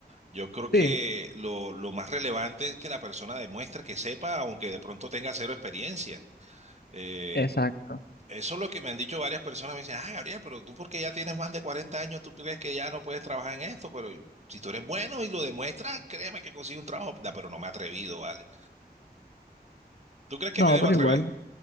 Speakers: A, on the right (about 40°); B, on the left (about 70°).
A: Yo creo que
B: Sí,
A: lo, lo más relevante es que la persona demuestre que sepa, aunque de pronto tenga cero experiencia. Eh,
B: exacto.
A: eso es lo que me han dicho varias personas. Me dicen, ah, Gabriel, pero tú porque ya tienes más de 40 años, tú crees que ya no puedes trabajar en esto, pero si tú eres bueno y lo demuestras, créeme que consigo un trabajo. Da, pero no me he atrevido, ¿vale? ¿Tú crees que
B: No,
A: me debo
B: pero
A: atrever?
B: igual,